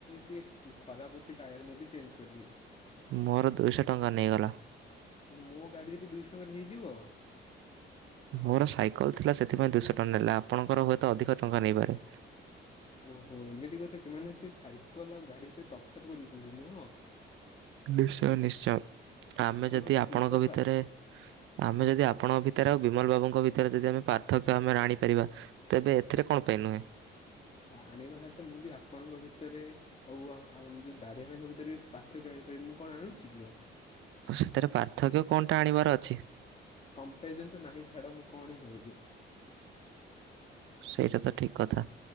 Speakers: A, on the left (about 30°); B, on the right (about 75°).
A: ଟିକେ ଖରାପ ଅଛି ଟାୟାର ମୁଁ ବି ଚେଞ୍ଜ କରିବି।
B: ମୋର ଦୁଇଶ ଟଙ୍କା ନେଇଗଲା।
A: ତ ମୋ ଗାଡ଼ିରେ ବି ଦୁଇଶ ଟଙ୍କାରେ ହେଇଯିବ।
B: ମୋର ସାଇକଲ ଥିଲା ସେଥିପାଇଁ ଦୁଇଶ ଟଙ୍କା ନେଲା ଆପଣଙ୍କର ହୁଏତ ଅଧିକ ଟଙ୍କା ନେଇପାରେ।
A: ଓହୋ ଏମିତି କଥା କି ମାନେ ସେ ସାଇକେଲ ଗାଡ଼ି ଭିତରେ ତଫାତ୍ କରୁଛନ୍ତି ନୁହଁ।
B: ନିଶ୍ଚୟ ନିଶ୍ଚୟ ଆମେ
A: ଏଇଟା
B: ଯଦି
A: କଣ
B: ଆପଣଙ୍କ
A: ଠିକ୍ କଥା
B: ଭିତରେ। ଆମେ ଯଦି ଆପଣଙ୍କ ଭିତରେ ଆଉ ବିମଲ ବାବୁଙ୍କ ଭିତରେ ଯଦି ଆମେ ପାର୍ଥକ୍ୟ ଆମର ଆଣିପାରିବା। ତେବେ ଏଥିରେ କଣ ପାଇଁ ନୁହେଁ।
A: ଆଣିବା ହେଲେ ତ ମୁଁ ବି ଆପଣଙ୍କ ଭିତରେ। ଆଉ ଆହ ଆଉ ମୁ ଯୋଉ ଦାଢ଼ିଆ ଭାଇଙ୍କ ଭିତରେ ବି ପାର୍ଥକ୍ୟ ଆଣିପାରିବି ମୁଁ କଣ ଆଣୁଛି କି?
B: ଆଉ ସେଥେରେ ପାର୍ଥକ୍ୟ କଣଟା ଆଣିବାର ଅଛି।
A: କମ୍ପେଆରିଜନ୍ ତ ନାହିଁ ଛାଡ଼ ମୁଁ କଣ କହିବି।
B: ସେଇଟା ତ ଠିକ କଥା।